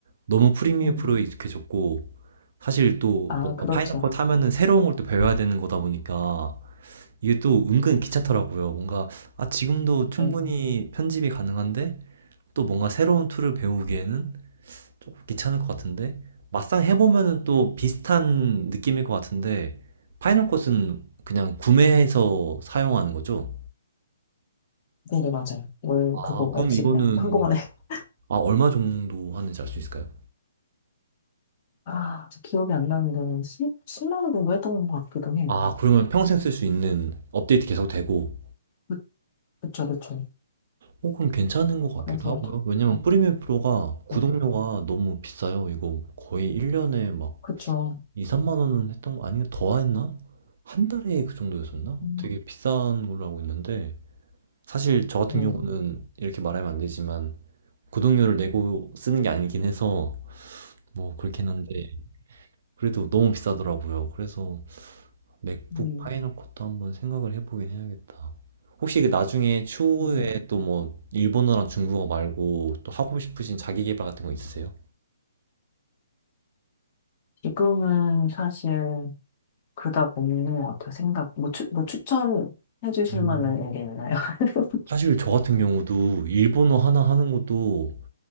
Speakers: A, on the right; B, on the left.
A: 너무 프리미어
B: 음.
A: 프로에 익숙해졌고 사실 또
B: 아,
A: 뭔가
B: 그렇죠.
A: 파이널컷 하면은 새로운 걸 또 배워야 되는 거다 보니까 이게 또 은근 귀찮더라고요. 뭔가 아 지금도 충분히
B: 네.
A: 편집이 가능한데 또 뭔가 새로운 툴을 배우기에는 조금 귀찮을 것 같은데 막상 해보면은 또 비슷한 느낌일 것 같은데 파이널컷은 그냥 구매해서 사용하는 거죠?
B: 네네, 맞아요. 월
A: 아,
B: 그거 없이
A: 그럼 이거는,
B: 그냥 한꺼번에. <laughs>
A: 아, 얼마 정도 하는지 알 수 있을까요?
B: 아, 저 기억이 안 나는데, 십십 10만 원 정도 했던 것 같기도 해요.
A: 아, 그러면 평생 쓸 수 있는 업데이트 계속 되고,
B: 그, 그쵸, 그쵸.
A: 어, 그럼 괜찮은 것 같기도
B: 그래서,
A: 하고요. 왜냐면
B: 아,
A: 프리미엄 프로가 구독료가
B: 네,
A: 너무 비싸요. 이거 거의 1년에 막
B: 그쵸.
A: 2, 3만 원은 했던 거, 아니면 더 했나? 한 달에 그 정도였었나?
B: 음,
A: 되게 비싼 걸로 알고 있는데, 사실 저 같은
B: 네.
A: 경우는 이렇게 말하면 안 되지만, 구독료를 내고 쓰는 게 아니긴 해서, 뭐, 그렇긴 한데, 그래도 너무 비싸더라고요. 그래서, 맥북
B: 음,
A: 파이널 컷도 한번 생각을 해보긴 해야겠다. 혹시 그 나중에 추후에
B: 음.
A: 또 뭐 일본어랑 중국어 말고 또 하고 싶으신 자기 개발 같은 거 있으세요?
B: 지금은 사실 그닥 없는 것 같아요. 생각, 뭐, 추, 뭐 추천해 주실
A: 음.
B: 만한 게 있나요? <laughs>
A: 사실 저 같은 경우도 일본어 하나 하는 것도